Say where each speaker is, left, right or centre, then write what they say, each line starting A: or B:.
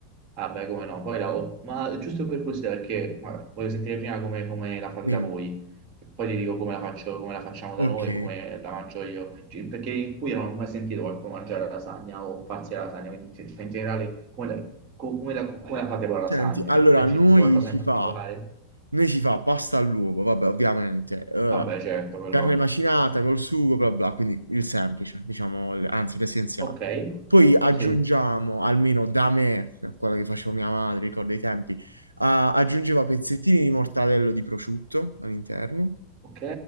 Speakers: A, on the right (about 35°); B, on the right (about 80°).
A: Ah, beh, come no, poi la... Ma giusto per curiosità, perché ma, voglio sentire prima come, come la fate
B: Dimmi.
A: da voi, poi ti dico come la faccio, come la facciamo da
B: Ok.
A: noi e come la mangio io. Cioè, Perché in Puglia non ho mai sentito qualcuno mangiare la lasagna o farsi la lasagna, quindi cioè, cioè, in generale come la, co- come la- come la fate voi la
B: Senti,
A: lasagna?
B: allora,
A: Che che
B: a noi
A: ci sta qualcosa
B: si
A: in particolare?
B: fa Noi si fa pasta all'uovo, vabbè, ovviamente, eh,
A: Vabbè, certo, quello.
B: carne macinata col sugo, bla bla, quindi il semplice, diciamo, l- anzi l'essenziale.
A: Ok,
B: Poi aggiungiamo,
A: sì,
B: almeno da me, quella che faceva mia madre, ricordo i tempi, ah, aggiungeva pezzettini di mortadello di prosciutto all'interno.
A: ok,